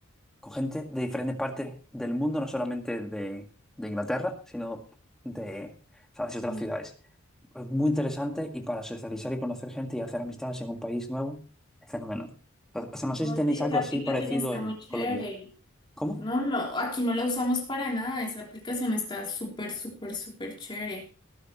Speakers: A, in the centre; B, on the left.
A: con gente de diferentes partes del mundo, no solamente de, de Inglaterra, sino de, ¿sabes? otras
B: Mm.
A: ciudades. Es muy interesante y para socializar y conocer gente y hacer amistades en un país nuevo es fenomenal. O o sea, no
B: Oye,
A: sé si tenéis
B: esa
A: algo
B: aplicación
A: así parecido
B: está
A: en
B: muy chévere.
A: Colombia. ¿Cómo?
B: No, no, aquí no la usamos para nada. Esa aplicación está súper, súper, súper chévere.